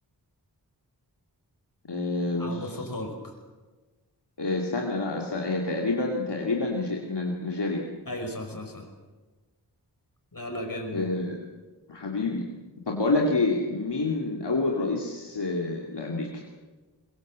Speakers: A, on the left; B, on the left.
A: آه بص
B: أبسطها لك
A: آه استنى لا است- هي تقريبا تقريبا نيج- ن- نيجيريا
B: أيوه صح صح صح لا لا جامد
A: آه،
B: جدا
A: حبيبي طب بقول لك ايه مين اول رئيس آه، لامريكا